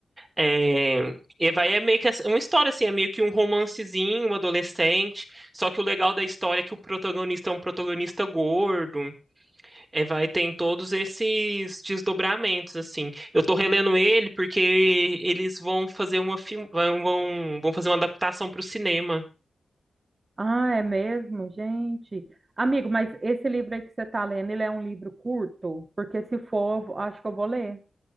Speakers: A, on the right; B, on the right.
A: É, e vai é meio que essa- uma história assim, é meio que um romancezinho, um adolescente. Só que o legal da história é que o protagonista é um protagonista gordo. É, vai, tem todos esses desdobramentos, assim. Eu tô relendo ele porque eles vão fazer uma film... vão, vão vão fazer uma adaptação para o cinema.
B: Ah, é mesmo, gente. Amigo, mas esse livro aí que você está lendo, ele é um livro curto? Porque se for, eu vou- acho que eu vou ler.